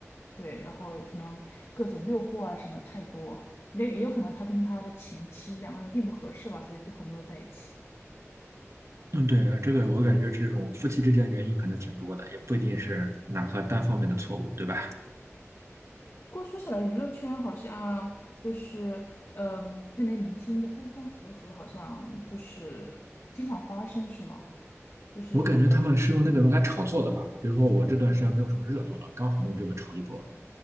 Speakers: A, on the left; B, on the right.
A: 对，然后可能各种诱惑啊什么太多，那也有可能他跟他的前妻两个人并不合适吧，所以最后没有在一起。
B: 嗯，对，这个我感觉这种夫妻之间原因可能挺多的，也不一定是哪个单方面的错误，对吧？
A: 不过说起来，娱乐圈好像就是，嗯，那类明星的分分合合，好像就是经常发生，是吗？就是，
B: 我感觉他们是用那个人来炒作的吧，比如说我这段时间没有什么热度了，刚好用这个炒一波，